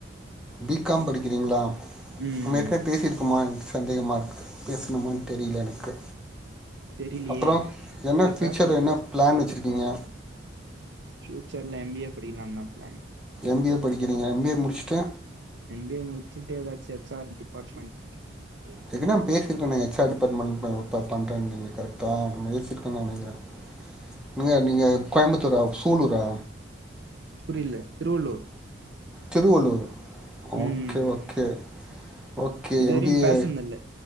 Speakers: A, in the centre; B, on the right.
A: பிகாம் படிக்கிறீங்களா.
B: ம்
A: நம்ம எற்கெணவே பேசிருக்கோமா. சந்தேகமா இருக்கு பேசணுமானு தெரியல எனக்கு.
B: தெரிலியே
A: அப்புறோ என்ன
B: இல்ல
A: பியூச்சர்
B: பேசணும்ல
A: என்ன பிளான் வச்சு. வச்சிருக்கீங்க.
B: பியூச்சர்ல எம் பி எ படிக்களானு பிளேன்.
A: எம் பி ஏ படிக்கிறீங்க எம் பி ஏ முடிச்சுட்டு.
B: இங்கயே முடிச்சட்டே ஏதாச்சு எச். R department. அப்டியா
A: ஏற்கனவே நம்ப பேசிருக்கமே எச் ஆர் டிபார்ட்மெண்ட் பா பண்றனு நீங்க கரெக்டா பேசிருக்குறோனு நெனிக்குற. நீங்கநீங்க கோயம்புத்தூரா. சூலூரா.
B: புரியல. திருவள்ளூர்.
A: திருவள்ளூரு. Okay
B: ம்
A: okay. okay
B: இதுவரையு
A: M. B. ஏ
B: பேசுனதில்ல